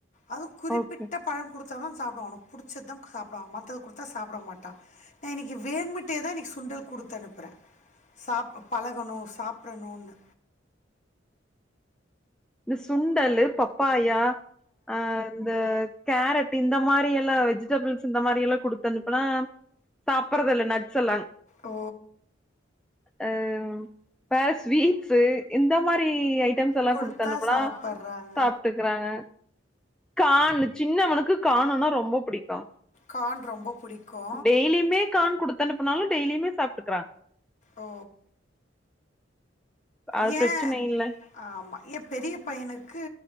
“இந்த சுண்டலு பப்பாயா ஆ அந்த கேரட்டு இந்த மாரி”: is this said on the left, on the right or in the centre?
Centre